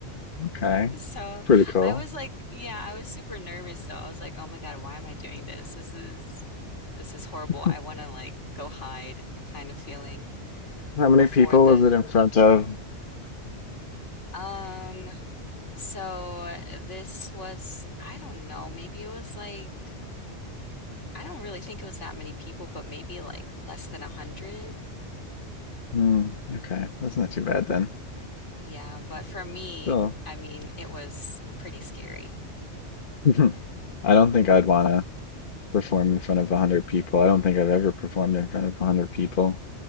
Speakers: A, on the left; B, on the left.
A: Okay.
B: So
A: Pretty cool.
B: I was like, yeah, I was super nervous though. I was like, oh my God, why am I doing this? This is this is horrible.
A: <laughs>
B: I want to like go hide kind of feeling
A: How many
B: before
A: people
B: the
A: was it in front of?
B: um so this was I don't know, maybe it was like I don't really think it was that many people, but maybe like less than a hundred.
A: Hmm, okay, that's not too bad then.
B: Yeah, but for me,
A: Still,
B: I mean, it was pretty scary.
A: <laughs> I don't think I'd want to perform in front of 100 people. I don't think I've ever performed in front of 100 people.